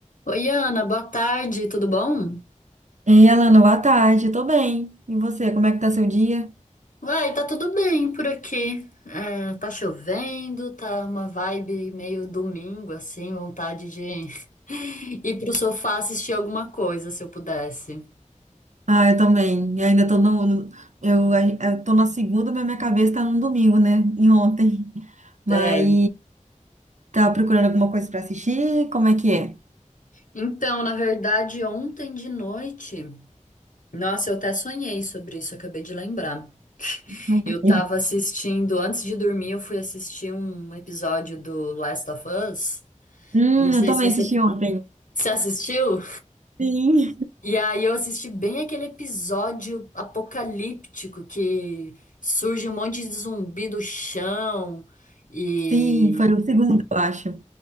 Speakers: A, on the left (about 80°); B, on the right (about 65°).
A: Oi, Ana, boa tarde, tudo bom?
B: Ei, Alana, boa tarde. Tô bem. E você, como é que tá seu dia?
A: Uai, tá tudo bem por aqui. É, tá chovendo, tá uma vibe meio domingo, assim, vontade de <laughs> ir pro sofá assistir alguma coisa, se eu pudesse.
B: Ah, eu também. Eu ainda tô no, no- eu, eu tô na segunda, mas minha cabeça tá no domingo, né? Em ontem. <laughs> Mas
A: É,
B: tá procurando alguma coisa pra assistir? Como é que é?
A: então, na verdade, ontem de noite, nossa, eu até sonhei sobre isso, acabei de lembrar.
B: Não
A: Eu
B: sei.
A: tava assistindo, antes de dormir, eu fui assistir um episódio do Last of Us.
B: Hum,
A: Eu não sei
B: eu também
A: se você
B: assisti ontem.
A: se assistiu.
B: Sim.
A: E aí eu assisti bem aquele episódio apocalíptico que surge um monte de zumbi do chão e
B: Sim, foi o segundo, eu acho.